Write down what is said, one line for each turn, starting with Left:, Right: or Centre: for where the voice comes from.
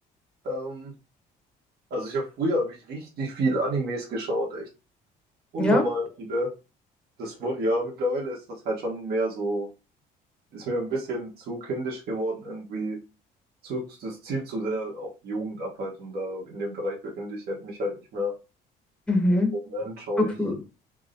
Right: Ähm, also ich habe früher hab ich richtig viel Animes geschaut, echt unnormal
Centre: Ja?
Right: viele. Das wurde ja, mittlerweile ist das halt schon mehr so, ist mir ein bisschen zu kindisch geworden irgendwie. zu, das zielt zu sehr auf die Jugend ab halt und da in dem Bereich befinde ich halt, mich halt nicht mehr.
Centre: Mhm.
Right: Im Moment schaue
Centre: Okay.
Right: ich,